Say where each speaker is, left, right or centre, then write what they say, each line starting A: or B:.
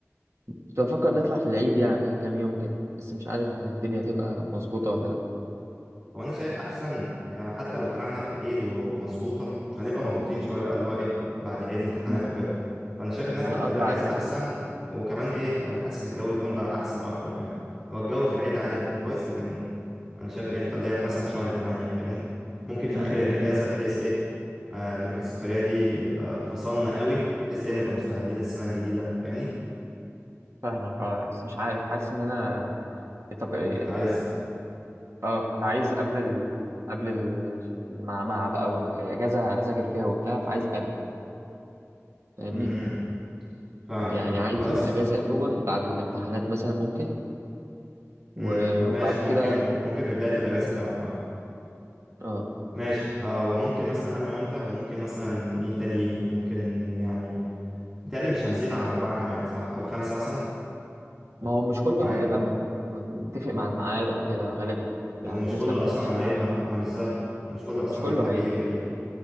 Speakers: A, on the right (about 65°); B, on the right (about 20°).
A: كنت بفكر نطلع في العيد يعني كام يوم كده بس مش عارف الدنيا تبقى مظبوطة ولا لا
B: هو انا شايف احسن يعني حتى لو طلعنا في العيد ومظبوطه هنبقى مضغوطين شويه بقى اللي هو ايه بعد العيد امتحانات
A: مم.
B: وكده فانا شايف انها تبقى
A: انا
B: في
A: قصدي
B: الاجازه
A: على كده
B: احسن وكمان ايه يعني حاسس الجو يكون بقى احسن اكتر كمان هو الجو في العيد عادي هيكون كويس لكن انا شايف ايه نخليها في مثلا في شهر 8 فاهمني ممكن في
A: امم
B: اخر الاجازه
A: فاهم-
B: بحيث ايه آه نروح السفريه دي نبقى فصلنا قوي بحيث ايه نبقى مستعدين للسنه الجديده فاهمني
A: فاهمك اه بس مش عارف حاسس ان انا طب إيه-
B: كنت عايز
A: اه كنت عايز قبل ال... قبل ال... مع مع بقى والاجازه اذاكر فيها وبتاع فعايز قبل فاهمني
B: امم فاهمك
A: يعني
B: أيوة.
A: عايز
B: خلاص
A: الأجازة الأول بعد الامتحانات مثلا ممكن و-
B: امم ماشي
A: وبعد
B: ممكن
A: كده
B: ممكن في بداية الأجازة فعلا اه
A: اه
B: ماشي اه وممكن مثلا أنا وأنت وممكن مثلا مين تاني يجي ممكن يعني متهيألي مش هنزيد عن أربعة كمان صح أو خمسة مثلا
A: ما هو مش كله
B: يعني
A: هيبقى مت- مت- متفق مع الميعاد أو كده غالبا
B: ومش
A: يعني بنسبة
B: كله
A: كبيرة
B: أصلا
A: مش كله
B: هيبقى
A: هي.
B: ما بالظبط مش كله أصلا
A: مش كله
B: هيحب
A: هيجي
B: يجي أكيد